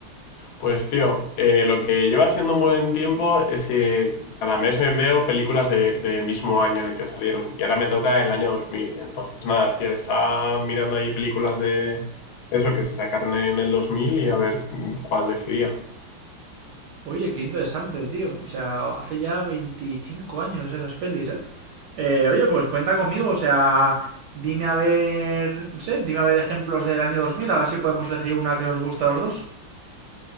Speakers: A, on the left; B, on the right.
A: Pues tío, eh, lo que llevo haciendo un buen tiempo es que cada mes me veo películas de, del mismo año en el que salieron y ahora me toca el año 2000. Entonces nada, tío, estaba mirando ahí películas de eso que se sacaron en el 2000 y a ver mm, cuál decidía.
B: Oye, qué interesante, tío. O sea, hace ya 25 años esas pelis, ¿eh? Eh, oye, pues cuenta conmigo, o sea, dime a ver, no sé, dime a ver ejemplos del año 2000. a ver si podemos elegir una que nos gusta a los dos.